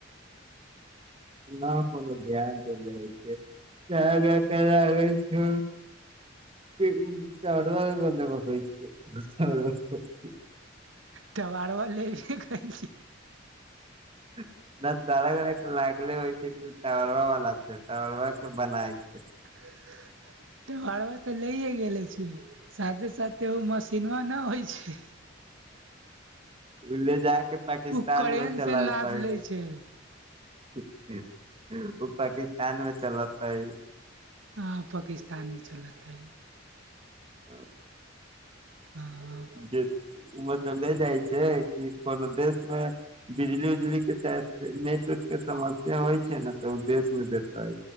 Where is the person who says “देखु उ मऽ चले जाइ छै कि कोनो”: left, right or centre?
Right